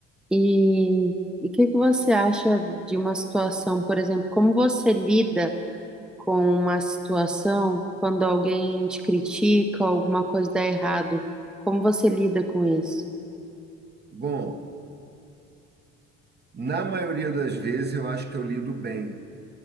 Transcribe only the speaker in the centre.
E e o que que você acha de uma situação, por exemplo, como você lida? com uma situação quando alguém te critica, alguma coisa dá errado. Como você lida com isso?